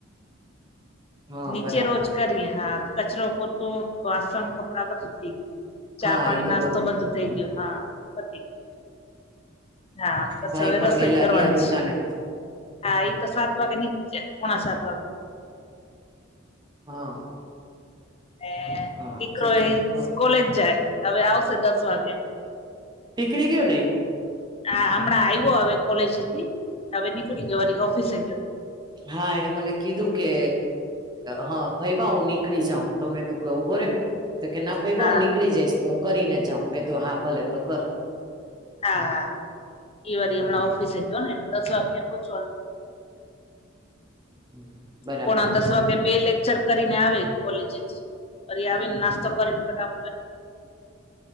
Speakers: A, on the right (about 20°); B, on the left (about 30°).
A: હા
B: નીચે
A: બરાબર
B: રોજ કરી હા કચરો પોતો વાસણ કપડાં બધું થઈ ગયુ
A: હા
B: ચા પાણી
A: એ તો
B: નાસ્તો બધું થઈ ગયું હા પતી ગયું. હા બસ
A: ભાઈ
B: હવે
A: પણ
B: રસોઈ
A: વેલા
B: કરવાની
A: ગયા દુકાને
B: છે. હા ઈ તો સાત વાગે નીકળી જાય પોણા સાત વાગે
A: હા.
B: અને
A: હા
B: દીકરો
A: તો તો
B: એ
A: હા
B: કોલેજ જાય હવે આવશે દસ વાગે
A: <unintelligible>
B: આ હમણાં આવ્યો હવે કોલેજ થી હવે નીકળી ગયો ને ઓફિસે ગયો.
A: હા એને મને કીધું કે હ ફઈબા હું નીકળી જાઉં તો મે તો કઉ ઉભો રે તો કે ના ફઈબા
B: હા
A: હું નીકળી જઈશ તો કરીને જાાવ મેં કીધું હા ભલે તો કર.
B: હા એ વરી હમણાં ઓફિસે જઓ ને તો દસ વાગ્યે પહચો.
A: <inaudible>
B: પોણા દસ
A: હા
B: વાગે બે લેક્ચર કરીને આવે કોલેજ થી ફરી આવીને નાસ્તો કરીને ફટાફ